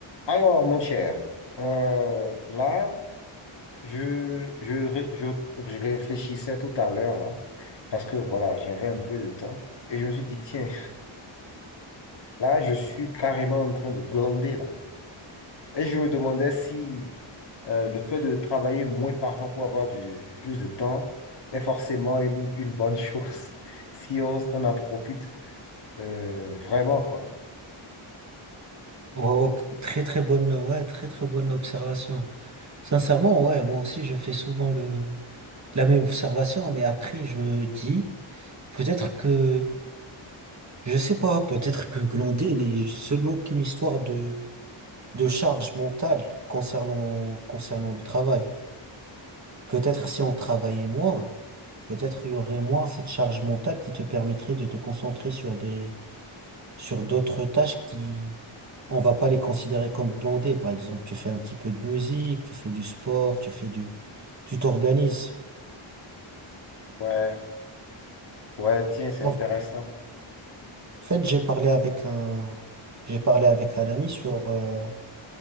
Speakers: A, on the left (about 55°); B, on the right (about 35°).
A: Alors, mon cher, euh, là, je, je, ré- je, je réfléchissais tout à l'heure, là, parce que voilà, j'avais un peu de temps, et je me suis dit, tiens, là, je suis carrément en train de glander, là. Et je me demandais si euh, le fait de travailler moins parfois pour avoir du, plus de temps est forcément une, une bonne chose, <laughs> si on, on en profite euh, vraiment, quoi.
B: Oh, oh, très très bonne, ouais, très très bonne observation. Sincèrement, ouais, moi aussi je fais souvent le la même observation, mais après je me dis peut-être que je sais pas, peut-être que glander n'est seulement qu'une histoire de de charge mentale concernant concernant le travail. Peut-être si on travaillait moins, peut-être il y aurait moins cette charge mentale qui te permettrait de te concentrer sur des sur d'autres tâches qui, on va pas les considérer comme glandées. Par exemple, tu fais un petit peu de musique, tu fais du sport, tu fais du, tu t'organises.
A: Ouais, ouais, tiens, c'est
B: En
A: intéressant.
B: fait, j'ai parlé avec un, j'ai parlé avec un ami sur euh,